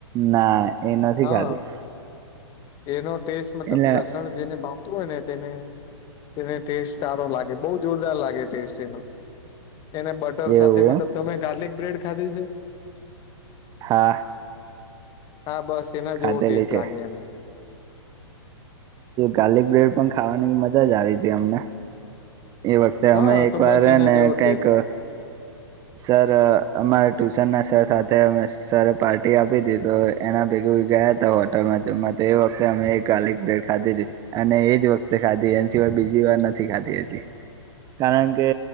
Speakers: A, on the right; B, on the left.
A: ના એ નથી
B: હા
A: ખાધી
B: એનો ટેસ્ટ મતલબ
A: એટલે
B: લસણ જેને ભાવતું હોય ને તેને એને ટેસ્ટ સારો લાગે બહુ જોરદાર લાગે ટેસ્ટ એનો એને બટર
A: એવું
B: સાથે મતલબ
A: એમ
B: તમે ગાર્લિક બ્રેડ ખાધી છે
A: હા
B: હા બસ એના જ
A: ખાધેલી
B: જેવો ટેસ્ટ
A: છે
B: લાગે એનો
A: ગાર્લિક બ્રેડ પણ ખાવાની મજા જ આવી તી અમને એ વખતે
B: હા
A: અમે એક
B: તો
A: વાર
B: બસ
A: હેને
B: એના જેવો
A: કઈક
B: ટેસ્ટ લાગે
A: સર અમારા ટ્યુશનના સર સાથે અમે સરે પાર્ટી આપી હતી તો એના ભેગુ ગયા હોટલમાં જમવા તો એ વખતે અમે એક ગારલીક બ્રેડ ખાધી હતી અને એજ વખતે ખાધી એ સિવાય બીજી વાર નથી ખાધી હજી કારણ કે